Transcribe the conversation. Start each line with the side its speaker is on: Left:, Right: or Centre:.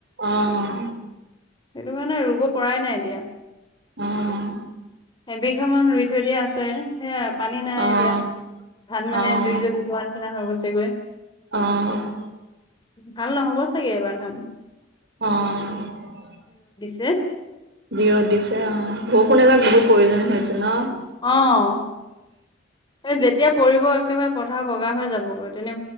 Right: অ',
Left: সেইটো কাৰণে ৰুব পৰাই নাই এতিয়া।
Right: অ'।
Left: এবিঘা মান ৰুই থৈ দিয়া আছে সেইয়া পানী নাই
Right: অ',
Left: এতিয়া, ধান মানে
Right: অ',
Left: জুই জ্বলি যোৱাৰ নিচিনা হৈ গৈছে গৈ।
Right: অ'।
Left: ভাল নহ'ব চাগে এইবাৰ ধান।
Right: অ'।
Left: এ।
Right: যি ৰ'দ দিছে অ', বৰষুণ এজাক বহুত প্ৰয়োজন হৈছিল ন!
Left: অ', এই যেতিয়া পৰিব একেবাৰে পথাৰ বগা হৈ যাব গৈ।